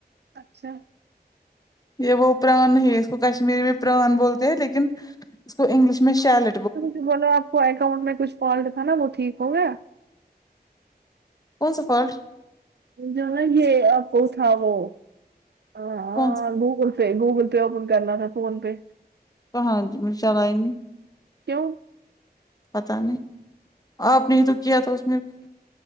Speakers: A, on the right; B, on the left.
A: اچھا
B: یہ وہ پران نہیں ہے اس کو کشمیری میں پران بولتے ہیں لیکن اس کو انگلش میں شیل
A: تو مجھے بوللاو آپ کو اکاؤنٹ میں کچھ فالٹ تھا نا وہ ٹھیک ہو گیا
B: کون سا فل <unintelligible>
A: جو نا یہ ا فو تھا تھا وہ ہ
B: کون سا
A: گوگل پے گوگل پے اپن کرنا تھا فون پے
B: پ ہاں ج م چلائی نہیں <unintelligible>
A: کیوں
B: پتا نہیں آپ نے تو کیا تھا اس میں <unintelligible>